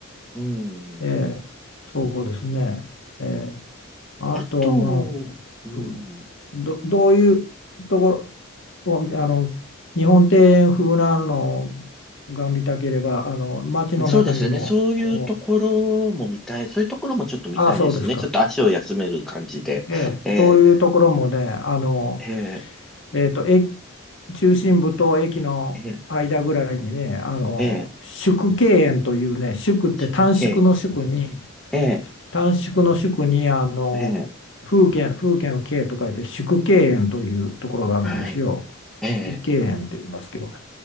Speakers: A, in the centre; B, on the left.
A: うん。
B: えーそうですね、えーあとはまあ
A: あと、うん。
B: ど、ど、どういうところをあの日本庭園風なのが見たければあの街の中にもこう
A: そうですね。そういうところも見たい。そういうところもちょっと見たいですね。
B: ああそうですか、
A: ちょっと足を休める感じで。
B: ええそういうところもねあの
A: えー、えー、
B: えっと、え、中心部と駅の間ぐらいにね、
A: え
B: あの、
A: ー、えー、
B: 縮景園というね、縮って短縮の縮に、
A: OK。え
B: 短縮の縮に、あの、
A: ー、えー、
B: 風景、風景の景と書いて縮景園というところがあるんですよ。
A: はい。えー、
B: 縮景園って言いますけど、